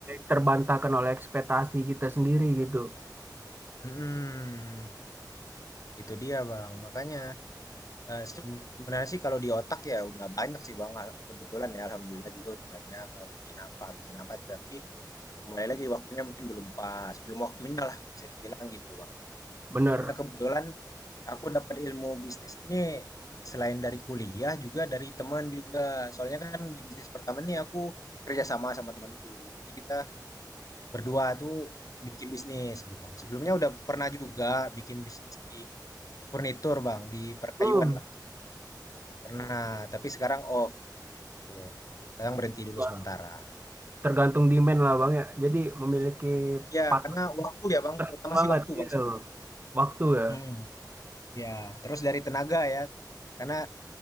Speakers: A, on the right; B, on the left.
A: terbantahkan oleh ekspektasi kita sendiri gitu.
B: Mhm, itu dia, Bang. Makanya, eee, sebenarnya sih kalau di otak ya udah banyak sih, Bang, al kebetulan ya alhamdulillah juga udah banyak mau bikin apa bikin apa, tapi kembali lagi waktunya mungkin belum pas, belum waktunya lah bisa dibilang gitu, Bang.
A: Benar.
B: Karena kebetulan Aku dapat ilmu bisnis ini selain dari kuliah juga dari teman juga. Soalnya kan di bisnis pertama nih aku kerja sama sama temanku. Jadi kita berdua tuh bikin bisnis gitu Bang. Sebelumnya udah pernah juga bikin bisnis di furnitur Bang, di perkayuan
A: Hmm.
B: lah. Pernah, tapi sekarang off gitu. Sekarang berhenti dulu
A: Wah,
B: sementara.
A: Tergantung demand lah Bang ya. Jadi memiliki
B: Ya,
A: partner
B: karena
A: itu
B: waktu ya Bang,
A: penting
B: terutama
A: banget
B: sih waktu
A: gitu.
B: Bang sebenarnya.
A: Waktu ya,
B: Hmm, ya, terus dari tenaga ya. Karena